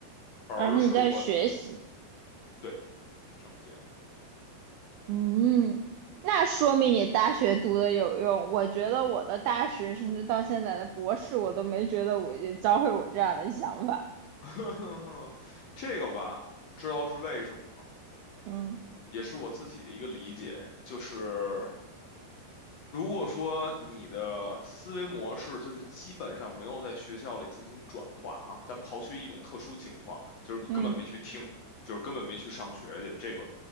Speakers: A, on the left; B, on the right.
A: 而是我
B: 而是你在学习。
A: 对正解，
B: 嗯，那说明你大学读的有用。我觉得我的大学，甚至到现在的博士，我都没觉得我就教会我这样的想法。
A: <laughs> 这个吧，知道是为什么吗
B: 嗯
A: 也是我自己的一个理解，就是如果说你的思维模式就是基本上没有在学校里进行转化哈，咱刨去一种特殊情况，就是你根本没去听，
B: 嗯
A: 就是根本没去上学去，这个